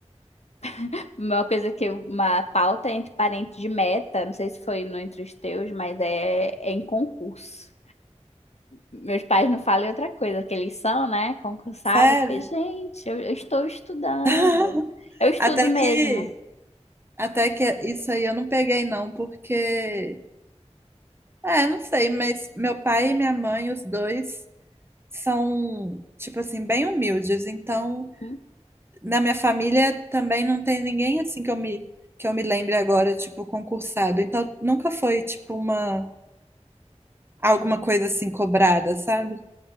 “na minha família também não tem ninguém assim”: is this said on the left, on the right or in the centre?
Right